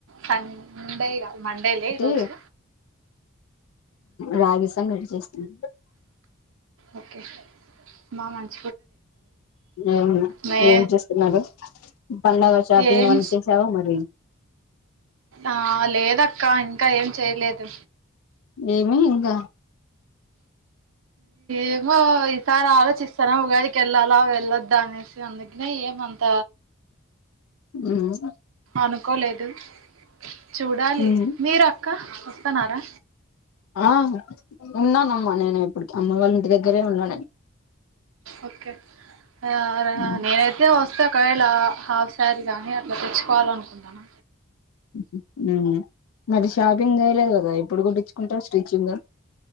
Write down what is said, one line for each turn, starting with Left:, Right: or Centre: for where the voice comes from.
Right: సండే గా మండేలే
Left: ఒకటి
Right: ఈ రోజు
Left: రాగి సంగటి చేస్తున్నా
Right: ఓకే మామ <unintelligible>
Left: ఏం
Right: మే
Left: ఏం చేస్తున్నారు పండగ షాపింగ్
Right: ఏం
Left: అవన్నీ చేసావ మరి
Right: ఆ లేదక్క ఇంకా ఏం చేయలేదు
Left: ఏమి ఇంకా
Right: ఏమో ఈసారి ఆలోచిస్తాన్న ఉగాదికి వెళ్ళాలా వెళ్ళొద్దా అనేసి అందుకనే ఏమంత
Left: ఉమ్,
Right: అనుకోలేదు <unintelligible> చూడాలి
Left: ఉమ్,
Right: మీరు అ క్క వస్తున్నారా
Left: ఆ ఉన్నానమ్మా నేను ఇప్పటికి అమ్మ వాళ్ళ ఇంటి దగ్గరే ఉన్నా నేను
Right: ఓకే ఆ రా
Left: ఉమ్,
Right: నేనైతే వస్తా ఒకవేళ హా హాఫ్ శారీ కానీ అట్లా తెచ్చుకోవాలనుకుంటన్న
Left: హు హు హ్మ్ మరి షాపింగ్ చేయలేదు కదా ఎప్పుడు కుట్టించుకుంటవు స్టిచ్చింగ్